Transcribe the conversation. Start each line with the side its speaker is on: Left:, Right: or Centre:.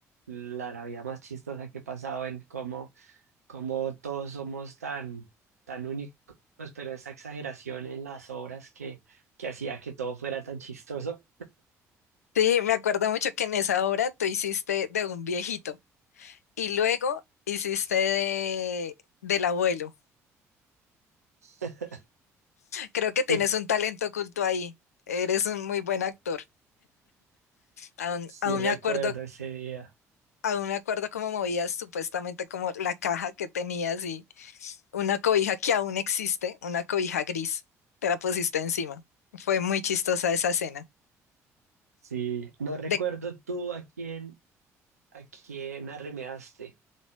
Right: la Navidad más chistosa que he pasado en cómo, cómo todos somos tan, tan únicos, pero esa exageración en las obras que, que hacía que todo fuera tan chistoso.
Left: Sí, me acuerdo mucho que en esa obra tú hiciste de un viejito y luego hiciste de, del abuelo.
Right: <laughs>
Left: Creo
Right: Sí,
Left: que tienes un talento oculto ahí. Eres un muy buen actor. Aún,
Right: sí
Left: aún
Right: recuerdo
Left: me acuerdo,
Right: ese día.
Left: aún me acuerdo cómo movías supuestamente como la caja que tenías y una cobija que aún existe, una cobija gris. Te la pusiste encima. Fue muy chistosa esa escena.
Right: Sí, no recuerdo
Left: De,
Right: tú a quién, a quién arremedaste.